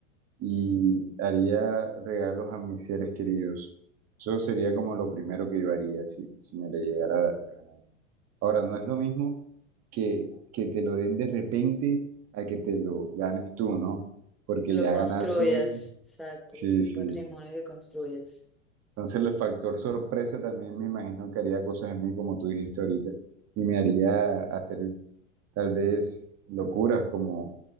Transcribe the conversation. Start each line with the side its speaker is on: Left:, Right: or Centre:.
Right: y haría regalos a mis seres queridos. Eso sería como lo primero que yo haría si, si me le llegara. Ahora, no es lo mismo que, que te lo den de repente a que te lo ganes tú, ¿no? Porque
Centre: Que lo
Right: ya
Centre: construyas,
Right: ganarse un-
Centre: exacto,
Right: Sí,
Centre: que es un
Right: sí.
Centre: patrimonio que construyas.
Right: Entonces el factor sorpresa también me imagino que haría cosas en mí, como tú dijiste ahorita, y me haría hacer tal vez locuras como